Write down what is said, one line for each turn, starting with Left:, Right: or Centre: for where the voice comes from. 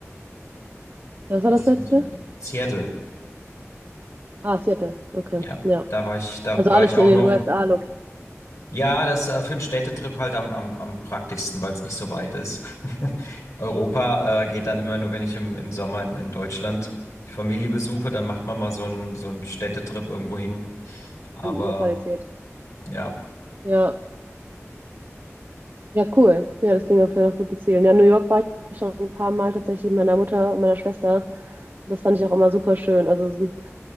Right: Was
Left: das
Right: war das
Left: sind
Right: letzte?
Left: so die. Seattle,
Right: Ah, Seattle. Okay.
Left: ja,
Right: Ja.
Left: da war ich, da
Right: Also
Left: war
Right: alles
Left: ich auch
Right: in den
Left: nur
Right: USA
Left: auf dem.
Right: lok-
Left: Ja, das äh, für einen Städtetrip halt am, am, am praktischsten, weil es nicht so weit ist. <laughs> Europa äh, geht dann immer nur, wenn ich im, im Sommer in, in Deutschland die Familie besuche, dann macht man mal so einen, so einen Städtetrip irgendwo hin. Aber
Right: lokalisiert.
Left: Ja,
Right: Ja. Ja, cool. Ja, das klingt auf jeden Fall nach guten Zielen. Ja, New York war ich schon ein paar Mal tatsächlich mit meiner Mutter und meiner Schwester. Das fand ich auch immer super schön. Also es